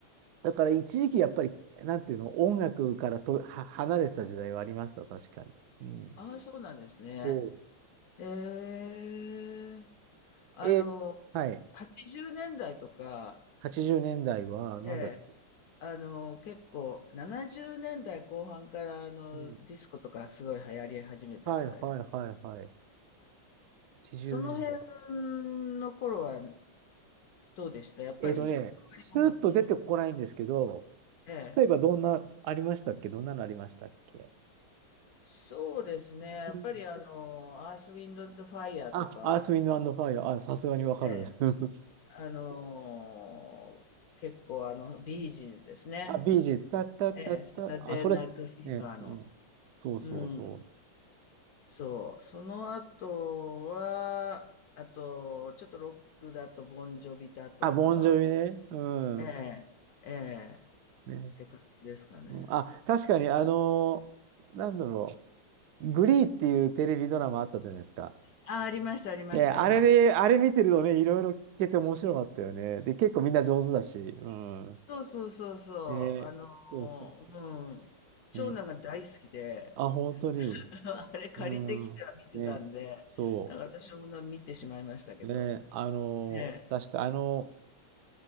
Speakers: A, on the right; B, on the left.
A: だから一時期やっぱり、なんていうの、音楽からとは離れてた時代はありました、確かに。うん。
B: ああ、そうなんですね。
A: そう。
B: へえ、あの、
A: えー、はい。
B: 80年代とか、
A: 80年代は、なんだっけ。
B: ええ、あの、結構、70年代後半からあのディスコとかすごい流行り始めたじゃないですか。
A: うん。はいはいはいはい。80年代。
B: その辺の頃はどうでしたやっぱり、
A: えっとね、
B: あまり音楽聴いてて。
A: スーッと出てこないんですけど、
B: ええ。
A: 例えばどんな、ありましたっけどんなのありましたっけ
B: そうですね。やっぱりあの、
A: うん
B: アース・ウィンド・アンド・ファイヤーとか、
A: あ、アース、ウィンド、アンド、ファイア。あ、さすがにわかる。
B: ええ、
A: <laughs>
B: あのー結構あの、ビージーズですね。
A: あ、ビージー、タッタッタッタ。
B: ええ、サタデー・
A: あ、それ、
B: ナイト・フィーバーの。
A: ね、うん。そうそうそう。
B: うん。そう。その後は、あと、ちょっとロックだと、ボンジョビだとか、
A: あ、ボンジョビね。う
B: ええ、
A: ん。
B: ええ、
A: ね、
B: って感じですかね。
A: うん、あ、確かに、あのーなんだろう、グリーっていうテレビドラマあったじゃないですか。
B: あ、ありました、ありました。
A: ね、あれで、
B: はい。
A: あれ見てるとね、いろいろ聞けて面白かったよね。で、結構みんな上手だし、うん。
B: そうそうそうそう。
A: ね、
B: あの、
A: そうそう。
B: うん。長男が大好きで、
A: ね、あ、本当に、
B: <laughs> あれ借りてきては見てたんで、
A: うん。ね、そ
B: なんか私もな見てしまいましたけど。
A: う。ね、あのー確かあの、
B: ええ。